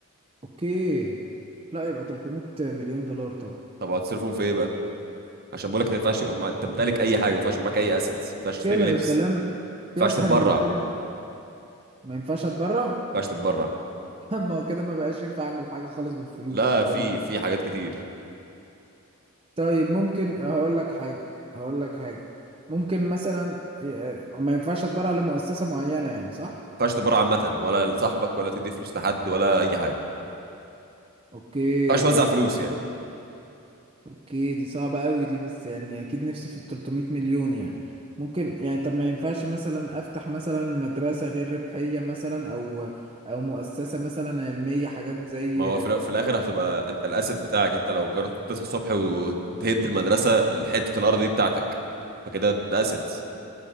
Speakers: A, on the right; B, on the right.
A: اوكي لا يبقى 300 مليون دولار طبعا
B: طب هتصرفهم في ايه بقى عشان بقولك ما ينفعش يبقى مع... تمتلك اي حاجه ما ينفعش يبقى معاك اي اسيتس ما ينفعش تشتري
A: كده
B: لبس
A: يا سلام
B: ما ينفعش
A: في اسهل
B: تتبرع
A: من كده
B: ما
A: ما ينفعش اتبرع
B: ينفعش تتبرع
A: <laughs> ما هو كده ما بقاش ينفع اعمل حاجه خالص بالفلوس
B: لا
A: ده
B: في
A: ما.
B: في حاجات كتير ما
A: طيب ممكن هقول لك حاجه هقول لك حاجه ممكن مثلا آه، ما ينفعش اتبرع لمؤسسه معينه يعني صح
B: ينفعش تتبرع عامه ولا لصاحبك ولا تدي فلوس لحد ولا اي حاجه ما
A: اوكي
B: ينفعش توزع فلوس يعني
A: اوكي دي صعبة قوي دي بس يعني اكيد نفسي في ال 300 مليون يعني ممكن يعني طب ما ينفعش مثلا افتح مثلا مدرسة غير ربحية مثلا او او مؤسسة مثلا علمية حاجات زي
B: ما هو في, الأ- في الاخر هتبقى انت الاسد بتاعك انت لو قررت تصحى الصبح وتهد المدرسه الحته الارض دي بتاعتك فكده انت ده اسد